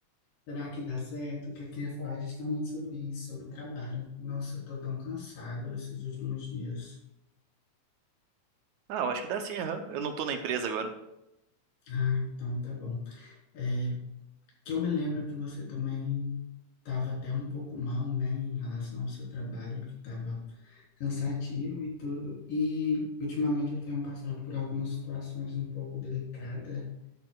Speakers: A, on the left; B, on the right.
A: Será que dá certo? Que eu queria falar justamente sobre isso, sobre trabalho. Nossa, eu tô tão cansado esses últimos dias.
B: Ah, eu acho que dá sim, aham. Eu não tô na empresa agora.
A: Ah, então tá bom. É, Que eu me lembro que você também estava até um pouco mal, né, em relação ao seu trabalho, que estava cansativo e tudo. E ultimamente eu tenho passado por algumas situações um pouco delicadas,